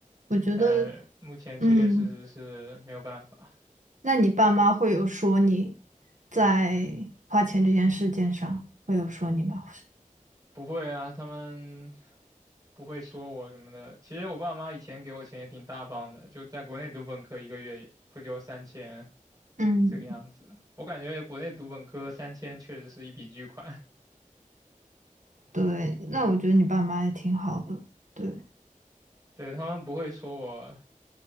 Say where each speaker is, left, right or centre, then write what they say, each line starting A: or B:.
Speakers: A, on the right; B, on the right.
A: 我觉得，
B: 但目前确确实实是没有办法。
A: 嗯。那你爸妈会有说你在花钱这件事件上会有说你吗？
B: 不会啊，他们不会说我什么的。其实我爸妈以前给我钱也挺大方的，就在国内读本科一个月也会给我三千
A: 嗯，
B: 这个样子。我感觉国内读本科三千确实是一笔巨款，
A: 对，那我觉得你爸妈也挺好的。对，
B: <laughs> 对，他们不会说我